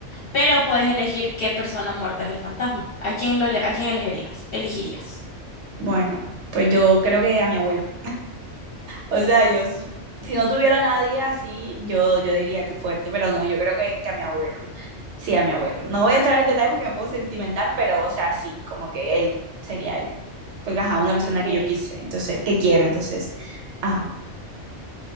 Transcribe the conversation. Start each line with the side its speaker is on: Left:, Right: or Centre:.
Left: pero puedes elegir qué persona muerta es el fantasma. ¿A quién lo ele- a quién elegirías? Elegirías.
Right: Bueno, pues yo creo que a mi abuelo. O sea, yo s- si no tuviera a nadie así, yo, yo diría que fuerte, pero no, yo creo que, que a mi abuelo. Sí, a mi abuelo. No voy a entrar en detalle porque me pongo sentimental, pero o sea, sí, como que él sería él. Porque ajá, una persona
Left: Ok.
Right: que yo quise, entonces, que quiero, entonces, ajá.